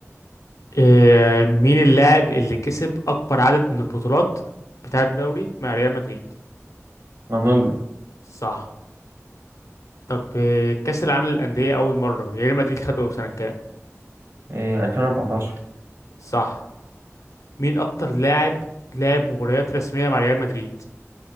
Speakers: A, on the left; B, on the right.
A: إيه مين اللاعب اللي كسب اكبر عدد من البطولات بتاع الدوري مع ريال مدريد
B: مانولو
A: صح طب إيه كأس العالم للأندية اول مرة ريال مدريد خده سنة كام
B: آه، 2014
A: صح مين اكتر لاعب لعب مباريات رسمية مع ريال مدريد